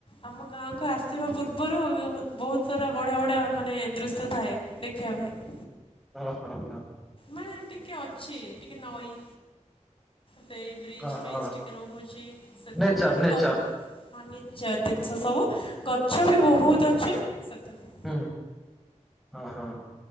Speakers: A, on the left; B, in the centre.
A: ଆମ ଗାଁକୁ ଆସିବା ପୂର୍ବରୁ ଯୋଉ ବହୁତ ସାରା ବଢ଼ିଆ ବଢ଼ିଆ ମାନେ ଦୃଶ୍ୟ ଥାଏ। ଦେଖିବା ପାଇଁ।
B: ଅ ହଁ।
A: ମାନେ ଟିକେ ଅଛି ଟିକେ ନଈ ସେଇ ବ୍ରିଜ
B: ଓହୋ
A: ଫ୍ରିଜ ଟିକେ ରହୁଚି ସେଥିପାଇଁ
B: ନେଚର ନେଚର
A: ଗ ଫର୍ନିଚର୍ ଜିନିଷ ସବୁ ଗଛ ବି ବୋହୁତ ଅଛି ସେଥିପାଇଁ।
B: ହୁଁ ଓହୋ।